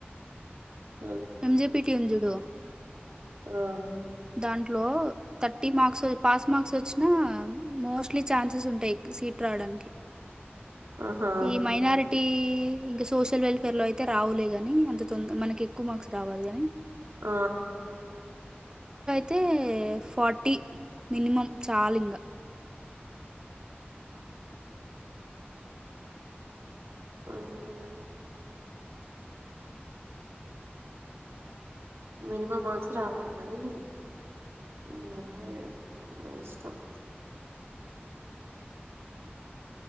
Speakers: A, on the right (about 85°); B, on the right (about 20°).
A: ఆ
B: ఎంజిపిటి ఉంది చూడు
A: ఆ
B: దాంట్లో థర్టీ మార్క్స్ పాస్ మార్క్స్ వచ్చినా మోస్ట్లీ ఛాన్సెస్ ఉంటాయి సీట్ రావడానికి
A: ఆహా
B: ఈ మైనారిటీ ఇంకా సోషల్ వెల్ఫేర్ లో అయితే రావులేగాని అంత తొంద మనకి ఎక్కువ మార్క్స్ రావాలి గాని
A: ఆ
B: తే ఫార్టీ మినిమం చాలింగ
A: ఆహా మినిమం మార్క్స్ రావాలి కానీ <unintelligible>